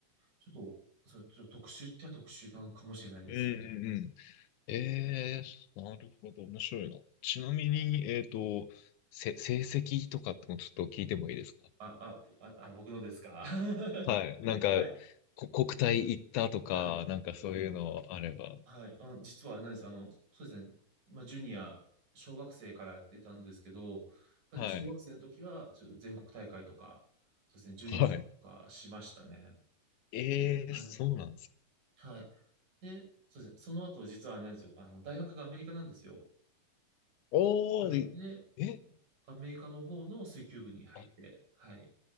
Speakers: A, on the right; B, on the left.
A: ちょっと、それちょっと特殊っちゃ特殊なのかもしれないですね。
B: うんうんうん。えーなるほど。面白いな。ちなみに、えっと、せ、成績とかってもちょっと聞いてもいいですか
A: あ、あ、あ、あ僕のですか <laughs>
B: はい。なんか、
A: はい。
B: こ、国体行ったとか、
A: はい。
B: なんかそういうのあれば。
A: はい、あ、実はあれなんです。あの、そうですね。まあ、ジュニア、小学生からやってたんですけど、やっぱり小学生の時は、
B: はい。
A: ちょっと全国大会とか、そうですね、準優勝とかしましたね。
B: はい。えーそうなんです。
A: はい。
B: か
A: はい。で、そうですね、その後、実はあれなんですよ。あの、大学がアメリカなんですよ。
B: おーい、
A: はい。で、
B: え、
A: アメリカの方の水球部に入って、
B: あ、
A: はい。